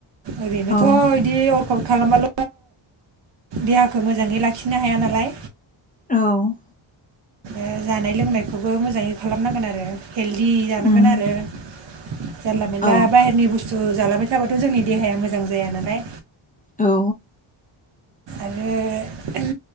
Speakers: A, on the right; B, on the left.
A: ओरैनोथ
B: औ
A: इदि अ <unintelligible> खालामबाल देहाखौ मोजाङै लाखिनो हाया नालाय
B: औ
A: ओ जानाय लोंनायखौबो मोजाङै खालामनांगोन
B: उम
A: आरो <inaudible> जानला मेनला
B: औ
A: बायहेरनि बुस्थु जालाबाय थाबाथ जोंनि देहाया मोजां जाया नालाय
B: औ
A: आरो ओ होम